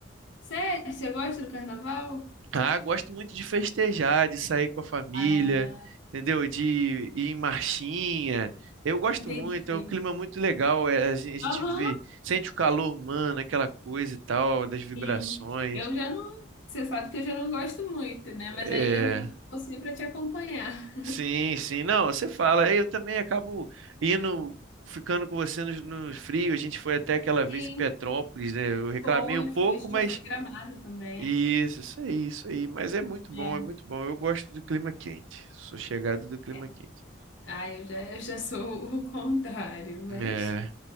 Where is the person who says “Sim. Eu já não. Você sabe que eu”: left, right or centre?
Left